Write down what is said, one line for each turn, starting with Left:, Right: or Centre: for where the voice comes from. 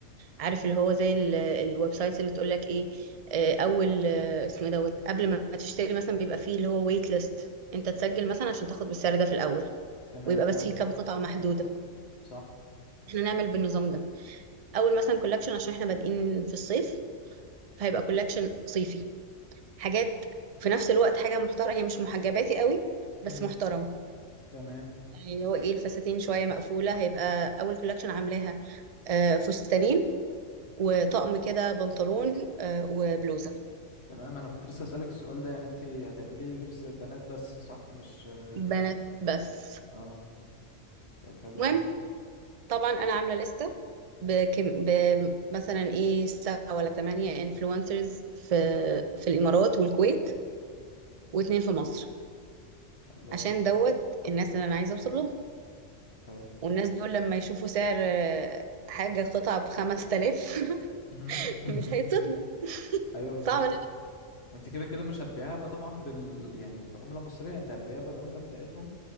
Right: عارف اللي هو زي ال- الويب سايت اللي تقول لك ايه آه، اول آه، اسمه إيه دوت قبل ما تشتري مثلا بيبقى فيه اللي هو ويت ليست انت تسجل مثلا عشان تاخد بالسعر ده في الاول
Left: تمام
Right: ويبقى بس
Left: اه
Right: فيه كام قطعه محدوده
Left: صح
Right: احنا نعمل بالنظام ده اول مثلا كولكشن عشان احنا بادئين في الصيف فهيبقى كولكشن صيفي حاجات في نفس الوقت حاجه محترمه هي مش محجباتي قوي بس
Left: مم.
Right: محترم
Left: تمام
Right: يعني اللي هو ايه الفساتين شوية مقفولة هيبقى أول كولكشن عاملاها آه، فستانين وطقم كده بنطلون آه، وبلوزة
Left: تمام انا كنت لسه اسالك السؤال ده يعني انت هتعملي لبس بنات بس صح مش اه
Right: بنات بس
Left: آه. طب حلو
Right: المهم
Left: قوي
Right: طبعا أنا عاملة لستة بكم ب- مثلا ايه سبعة ولا تمانية انفلونسرز في في الإمارات والكويت واتنين في مصر
Left: حلو
Right: عشان
Left: أوي
Right: دوت الناس اللي أنا عايزة أوصل لهم
Left: حلو
Right: والناس دول لما يشوفوا سعر آه، حاجة قطعة بخمس تلاف
Left: مهم. مهم.
Right: <laughs> مش
Left: <laughs>
Right: هيتصدموا
Left: أيوه بالظبط
Right: صعب
Left: وأنت كده كده مش هتبيعها بقى طبعا بال يعني بعملة مصرية أنت هتبيعها بالعملة بتاعتهم